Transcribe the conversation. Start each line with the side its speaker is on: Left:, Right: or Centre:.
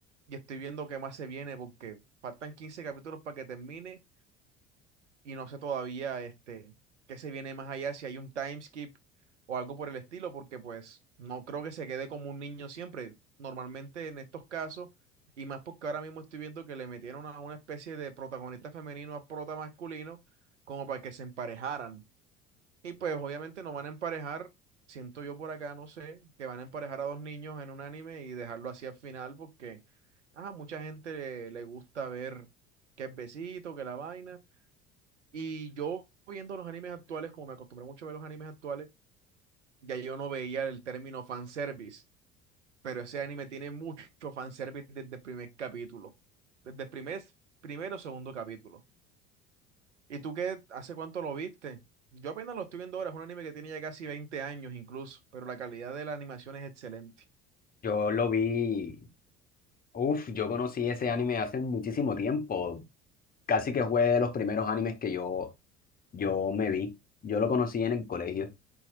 Right: y estoy viendo qué más se viene porque faltan 15 capítulos para que termine y no sé todavía este qué se viene más allá, si hay un time skip o algo por el estilo, porque pues no creo que se quede como un niño siempre. Normalmente en estos casos, y más porque ahora mismo estoy viendo que le metieron a una especie de protagonista femenino a prota masculino como para que se emparejaran. Y pues obviamente no van a emparejar, siento yo por acá, no sé, que van a emparejar a dos niños en un anime y dejarlo así al final porque a mucha gente le, le gusta ver que es besito, que la vaina. Y yo viendo los animes actuales, como me acostumbré mucho a ver los animes actuales, ya yo no veía el término fanservice, pero ese anime tiene mucho fanservice desde el primer capítulo, desde el primer, primero o segundo capítulo. ¿Y tú qué? ¿Hace cuánto lo viste? Yo apenas lo estoy viendo ahora, es un anime que tiene ya casi 20 años incluso, pero la calidad de la animación es excelente.
Left: Yo lo vi, uff, yo conocí ese anime hace muchísimo tiempo, casi que fue de los primeros animes que yo, yo me vi. Yo lo conocí en el colegio.